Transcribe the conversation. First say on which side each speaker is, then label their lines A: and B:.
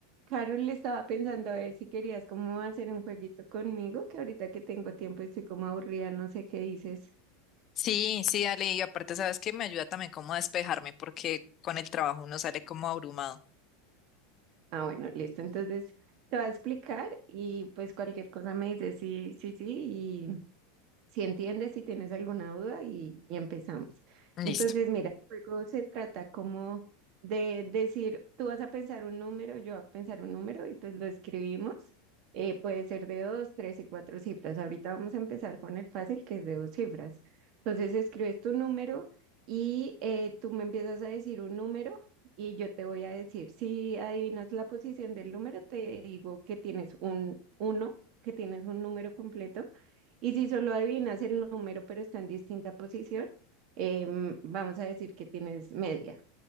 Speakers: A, on the right; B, on the left.
A: Carol, le estaba pensando a ver si querías como hacer un jueguito conmigo, que ahorita que tengo tiempo y estoy como aburrida, no sé qué dices.
B: Sí, sí, dale. Y aparte, sabes que me ayuda también como a despejarme porque con el trabajo uno sale como abrumado.
A: Ah, bueno, listo. Entonces te voy a explicar y pues cualquier cosa me dices sí, sí, sí si entiendes, si tienes alguna duda y, y empezamos.
B: Listo.
A: Entonces, mira, el juego se trata como de decir, tú vas a pensar un número, yo voy a pensar un número y pues lo escribimos. Eh, puede ser de dos, tres y cuatro cifras. Ahorita vamos a empezar con el fácil, que es de dos cifras. Entonces, escribes tu número y eh, tú me empiezas a decir un número y yo te voy a decir, si adivinas la posición del número, te digo que tienes un uno, que tienes un número completo y si solo adivinas el número, pero está en distinta posición, em, vamos a decir que tienes media.